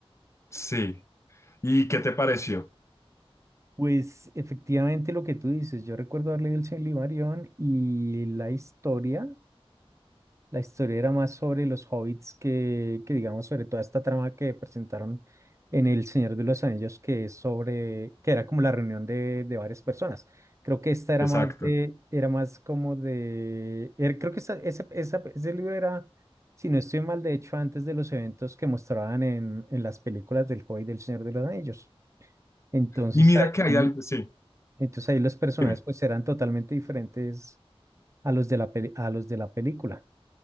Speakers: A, on the left; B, on the right.
A: Sí. ¿Y qué te pareció?
B: Pues efectivamente lo que tú dices, yo recuerdo haber leído El Silimarión y la historia. La historia era más sobre los hobbits que, que, digamos, sobre toda esta trama que presentaron en El Señor de los Anillos, que es sobre, que era como la reunión de, de varias personas. Creo que esta era
A: Exacto.
B: más de, era más como de, er- creo que esa, esa- esa- ese libro era, si no estoy mal, de hecho, antes de los eventos que mostraban en, en las películas del Hobbit del Señor de los Anillos. Entonces
A: Y mira
B: ahí,
A: que hay algo, sí,
B: entonces ahí los personajes
A: dime.
B: pues eran totalmente diferentes a los de la peli- a los de la película.